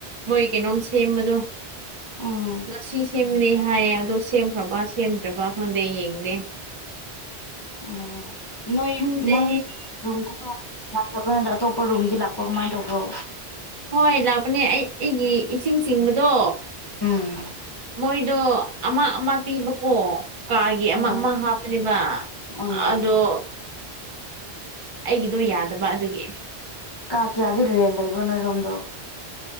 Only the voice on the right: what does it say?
ꯃꯣꯏ ꯀꯩꯅꯣꯝ ꯁꯦꯝꯕꯗꯣ
ꯉꯁꯤ ꯁꯦꯝ unintelligible ꯁꯦꯝꯅꯤ ꯍꯥꯏꯌꯦ ꯑꯗꯣ ꯁꯦꯝꯈ꯭ꯔꯕ ꯁꯦꯝꯗ꯭ꯔꯕ ꯈꯪꯗꯦ ꯌꯦꯡꯗꯦ
ꯈꯪꯗꯦ
ꯍꯣꯏ ꯂꯥꯛꯄꯅꯦ ꯑꯩ ꯑꯩꯒꯤ ꯏꯁꯤꯡ ꯆꯤꯡꯕꯗꯣ
ꯃꯣꯏꯗꯣ ꯑꯃ ꯑꯃ ꯄꯤꯕꯀꯣ ꯀꯥꯒꯤ
ꯑꯃ ꯑꯃ ꯍꯥꯞꯄꯅꯦꯕ
ꯑꯗꯣ ꯑꯩꯒꯤꯗꯣ ꯌꯥꯗꯕ ꯑꯗꯨꯒꯤ